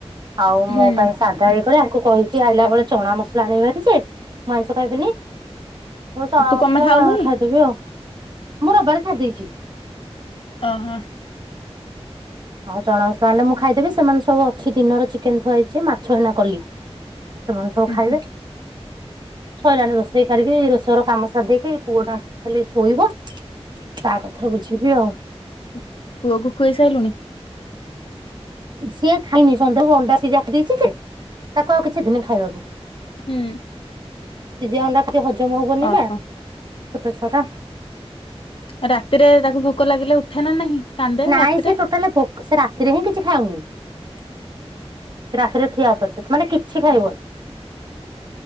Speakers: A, on the right; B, on the left.
A: ଆଉ ମୋ
B: ହୁଁ
A: ପାଇଁ ସାଧା ହେଇ କରେ ଆଙ୍କୁ କହିଚି ଆଇଲା ବେଳେ ଚଣାମସଲା ଆଣିବେ ଟିକେ ସେ ମୁଁ ଆଇଁଷ ଖାଇବିନି। ମୁଁ ଚଣାମସଲା
B: ତୁ କଣ ପାଇଁ ଖାଉନୁ କି?
A: ଖାଇଦେବି ଆଉ ମୁଁ ରବିବାର ଛାଡିଦେଇଚି।
B: ଓହୋ।
A: ଆଉ ଚଣାମସଲା ଆଣଲେ ମୁଁ ଖାଇଦେବ ସେମାନେ ସବୁ ଅଛି ଦିନର ଚିକେନ ଥୁଆହେଇଚି ମାଛ ଏନା କଲି। ଆଉ ସେମାନେ ସବୁ
B: ଉଁ
A: ଖାଇବେ।
B: ହୁଁ
A: ସଇଲାଣି ରୋଷେଇ କରିକି ରୋଷେଇ ଘର କାମ ସାରଦେଇକି ପୁଅଟା ଖାଲି ଶୋଇବ। ତା କଥା ବୁଝିବି ଆଉ।
B: ଉ ପୁଅକୁ ଖୁଏଇ ସାଇଲୁଣି?
A: ସିଏ ଖାଇନି ସନ୍ଧ୍ୟାକୁ ଅଣ୍ଡା ସିଜା ଖାଇଦେଇଚି ଯେ ତାକୁ ଆଉ କିଛି ଦିନି ଖାଇବାକୁ।
B: ହୁଁ।
A: ସିଜା ଅଣ୍ଡା କିଛି ହଜମ ହବନି
B: ଓହୋ
A: ନା ଛୋଟ ଛୁଆଟା।
B: ରାତିରେ ତାକୁ ଭୋକ ଲାଗିଲେ ଉଠେ ନା ନାହିଁ କାନ୍ଦେ
A: ନାଇଁ
B: ରାତିରେ?
A: ସେ ଟୋଟାଲ ଭୋକ ସେ ରାତିରେ ହିଁ କିଛି ଖାଉନି ସେ ରାତିରେ ଠିଆ ପଛକୁ ମାନେ କିଛି ଖାଇବନି।